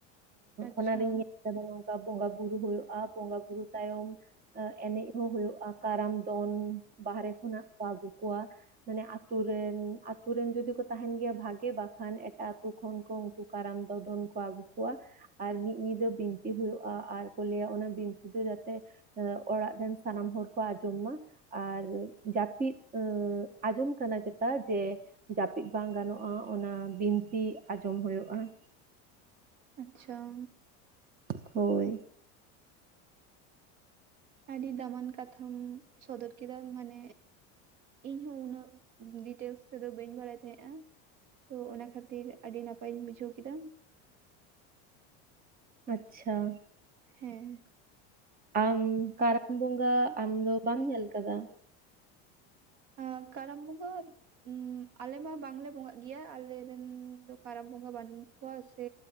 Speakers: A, on the right (about 60°); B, on the right (about 25°).
A: ᱟᱪᱪᱷᱟ
B: ᱚᱱᱟᱨᱤᱧ ᱧᱮᱞ ᱠᱮᱫᱟ ᱱᱚᱝᱠᱟ ᱵᱚᱸᱜᱟ ᱵᱩᱨᱩ ᱦᱩᱭᱩᱜᱼᱟ ᱵᱚᱸᱜᱟ ᱵᱩᱨᱩ ᱛᱟᱭᱚᱢ ᱮᱱᱮᱡ ᱦᱚᱸ ᱦᱩᱭᱩᱜᱼᱟ ᱠᱟᱨᱟᱢ ᱫᱚᱝ ᱵᱟᱦᱨᱮ ᱠᱷᱚᱱᱟᱜ ᱠᱚ ᱟᱹᱜᱩ ᱠᱚᱣᱟ ᱢᱟᱱᱮ ᱟᱛᱳ ᱨᱮᱱ ᱟᱛᱳ ᱨᱮᱱ ᱡᱩᱫᱤ ᱠᱚ ᱛᱟᱦᱮᱱ ᱜᱮᱭᱟ ᱵᱷᱟᱜᱤ ᱵᱟᱠᱷᱟᱱ ᱮᱴᱟᱜ ᱟᱛᱳ ᱠᱷᱚᱱ ᱠᱚ ᱩᱱᱠᱩ ᱠᱟᱨᱟᱢ ᱫᱚ-ᱫᱚᱱ ᱠᱚ ᱟᱹᱜᱩ ᱠᱚᱣᱟ ᱟᱨ ᱢᱤᱫ ᱧᱤᱫᱟᱹ ᱵᱤᱱᱛᱤ ᱦᱩᱭᱩᱜᱼᱟ ᱟᱨ ᱠᱚ ᱞᱟᱹᱭᱟ ᱚᱱᱟ ᱵᱤᱱᱛᱤ ᱫᱚ ᱡᱟᱛᱮ ᱚᱲᱟᱜ ᱨᱮᱱ ᱥᱟᱱᱟᱢ ᱦᱚᱲ ᱠᱚ ᱟᱸᱡᱚᱢ ᱢᱟ ᱾ ᱟᱨ ᱡᱟᱹᱯᱤᱫ ᱟᱸᱡᱚᱢ ᱠᱟᱱᱟ ᱪᱮᱛᱟ ᱡᱮ ᱡᱟᱹᱯᱤᱫ ᱵᱟᱝ ᱜᱟᱱᱚᱜᱼᱟ ᱚᱱᱟ ᱵᱤᱱᱛᱤ ᱟᱸᱡᱚᱢ ᱦᱩᱭᱩᱜᱼᱟ ᱾
A: ᱟᱪᱪᱷᱟ ᱾
B: ᱦᱳᱭ ᱾
A: ᱟᱹᱰᱤ ᱫᱟᱢᱟᱱ ᱠᱟᱛᱷᱟᱢ ᱥᱚᱫᱚᱨ ᱠᱮᱫᱟ ᱢᱟᱱᱮ ᱤᱧᱦᱚᱸ ᱩᱱᱟᱹᱜ ᱰᱤᱴᱮᱞᱥ ᱛᱮᱫᱚ ᱵᱟᱹᱧ ᱵᱟᱲᱟᱭ ᱛᱟᱦᱮᱸᱜᱼᱟ ᱾ ᱛᱚ ᱚᱱᱟ ᱠᱷᱟᱹᱛᱤᱨ ᱟᱹᱰᱤ ᱱᱟᱯᱟᱭᱤᱧ ᱵᱩᱡᱷᱟᱹᱣ ᱠᱮᱫᱟ ᱾
B: ᱟᱪᱪᱷᱟ ᱾
A: ᱦᱮᱸ ᱾
B: ᱟᱢ ᱠᱟᱨᱟᱢ ᱵᱚᱸᱜᱟ, ᱟᱢ ᱫᱚ ᱵᱟᱢ ᱧᱮᱞ ᱟᱠᱟᱫᱟ?
A: ᱟᱻᱠᱟᱨᱟᱢ ᱵᱚᱸᱜᱟ ᱩᱸ ᱟᱞᱮᱢᱟ ᱵᱟᱝᱞᱮ ᱵᱚᱸᱜᱟᱜ ᱜᱮᱭᱟ, ᱟᱞᱮᱨᱮᱱ ᱫᱚ ᱠᱟᱨᱟᱢ ᱵᱚᱸᱜᱟ ᱵᱟᱹᱱᱩᱜ ᱠᱚᱣᱟ ᱥᱮ